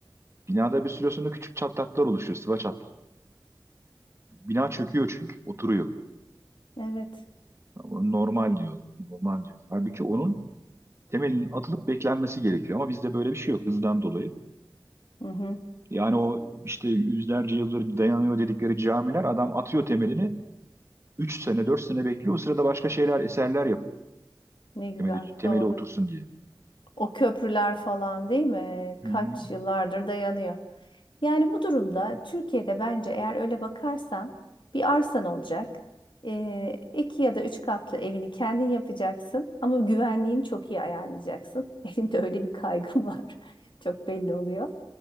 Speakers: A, on the right; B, on the left.
A: Binada bir süre sonra küçük çatlaklar oluşuyor, sıva çatlak. Bina çöküyor çünkü, oturuyor.
B: evet.
A: Ama normal diyor, normal diyor. Halbuki onun temelinin atılıp beklenmesi gerekiyor. Ama bizde böyle bir şey yok hızdan dolayı.
B: Hı hı,
A: Yani o işte yüzlerce yıldır dayanıyor dedikleri camiler, adam atıyor temelini, 3 sene, 4 sene bekliyor. O sırada başka şeyler, eserler yapıyor.
B: ne güzel.
A: Temeli, temeli
B: Doğru.
A: otursun diye.
B: O köprüler falan değil mi?
A: Hı
B: Kaç
A: hı.
B: yıllardır dayanıyor. Yani bu durumda Türkiye'de bence eğer öyle bakarsan bir arsan olacak. Ee, iki ya da üç katlı evini kendin yapacaksın ama güvenliğini çok iyi ayarlayacaksın. <laughs> Benim de öyle bir kaygım var. <laughs> Çok belli oluyor.